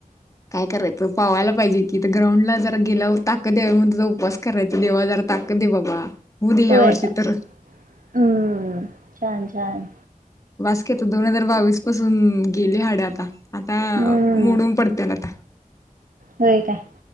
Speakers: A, on the left; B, on the right.
A: काय करायच पावायला पाहिजे कि तर ग्राउंडला जर गेलं ताकत यायला पाहिजे म्हणून उपवास करायच देवा ज ताकत दे बाबा होऊ दे
B: होय
A: ह्यावर्षी
B: का
A: तर
B: हम्म छान छान
A: बास्की आता दोन हजार बावीस पासून गेली हाड आता आता
B: हम्म
A: मोडून पडतील आता
B: होय काय